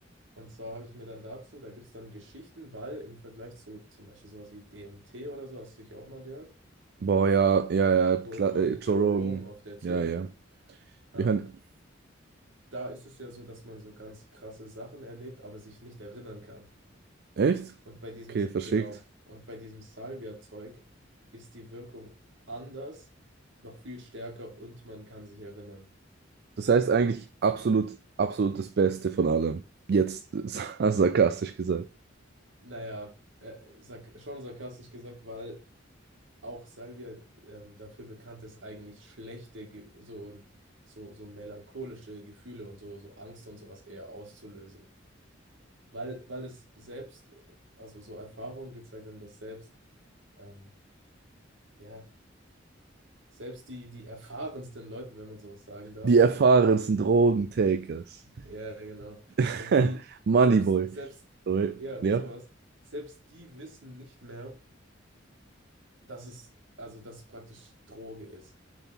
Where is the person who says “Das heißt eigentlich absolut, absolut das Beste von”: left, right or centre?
Right